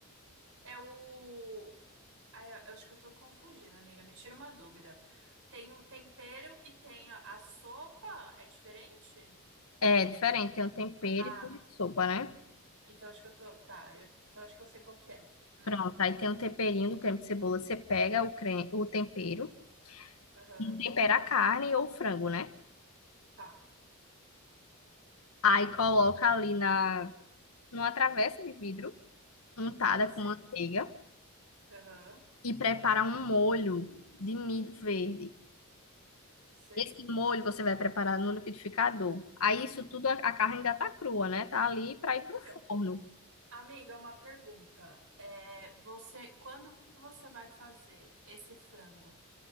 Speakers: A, on the right; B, on the left.
A: É o... Ah, eu eu acho que eu tô confundindo, amiga, me tira uma dúvida. Tem o tempero e tem a a sopa, é diferente?
B: É diferente, tem um tempero
A: Ah.
B: e tem sopa, né?
A: Então acho que eu tô. Tá, eu... então acho que eu sei qual que é. Hum.
B: Pronto, aí tem o temperinho do creme de cebola. Você pega o, creme, o tempero,
A: Aham.
B: e tempera a carne ou o frango, né?
A: Tá,
B: Aí coloca ali na, numa travessa de vidro, untada
A: sei.
B: com manteiga,
A: Aham,
B: e prepara um molho de milho verde.
A: sei.
B: Esse molho você vai preparar no liquidificador. Aí isso tudo, a, a carne ainda tá crua, né? Tá ali para ir
A: Então,
B: pro forno.
A: amiga, uma pergunta. É, você, quando você vai fazer esse frango,